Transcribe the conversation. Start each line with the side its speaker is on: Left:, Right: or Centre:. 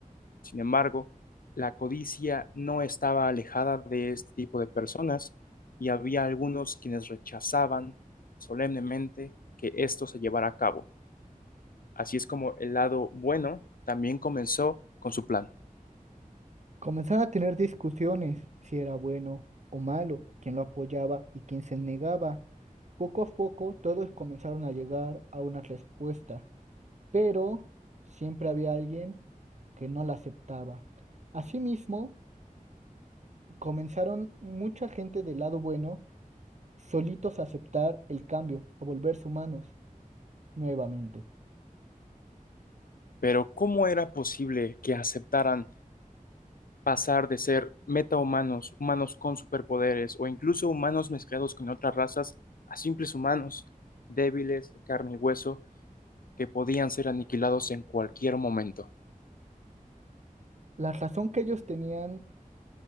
Left: Sin embargo, la codicia no estaba alejada de este tipo de personas y había algunos quienes rechazaban solemnemente que esto se llevara a cabo. Así es como el lado bueno también comenzó con su plan.
Right: Comenzaron a tener discusiones si era bueno o malo, quién lo apoyaba y quién se negaba. Poco a poco todos comenzaron a llegar a una respuesta, pero siempre había alguien que no la aceptaba. Asimismo, comenzaron mucha gente del lado bueno solitos a aceptar el cambio, a volverse humanos nuevamente.
Left: Pero ¿cómo era posible que aceptaran pasar de ser metahumanos, humanos con superpoderes o incluso humanos mezclados con otras razas a simples humanos débiles de carne y hueso que podían ser aniquilados en cualquier momento?
Right: La razón que ellos tenían